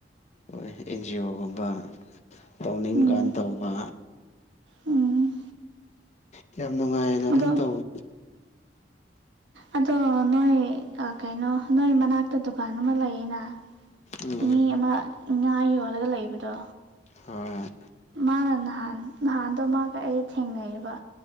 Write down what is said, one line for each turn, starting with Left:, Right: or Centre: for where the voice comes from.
Left: ꯍꯣꯏ ꯑꯦꯟ ꯖꯤ ꯑꯣꯒꯨꯝꯕ ꯇꯧꯅꯤꯡꯀꯥꯟ
Right: ꯎꯝ
Left: ꯇꯧꯕ
Right: ꯎꯝ
Left: ꯀꯌꯥꯝ ꯅꯨꯡꯉꯥꯏꯅ ꯑꯗꯨꯝ
Right: ꯑꯗꯣ
Left: ꯇꯧꯋ
Right: ꯑꯗꯣ ꯅꯣꯏ ꯀꯩꯅꯣ ꯅꯣꯏ ꯃꯅꯥꯛꯇ ꯗꯨꯀꯥꯟ ꯑꯃ ꯂꯩꯌꯦꯅ
Left: ꯎꯝ
Right: ꯏꯅꯦ ꯑꯃ ꯉꯥ ꯌꯣꯜꯂꯒ ꯂꯩꯕꯗꯣ
Left: ꯍꯣꯏ
Right: ꯃꯥꯅ ꯅꯍꯥꯟ ꯅꯍꯥꯟꯗꯣ ꯃꯥꯒ ꯑꯩ ꯊꯦꯡꯅꯩꯌꯦꯕ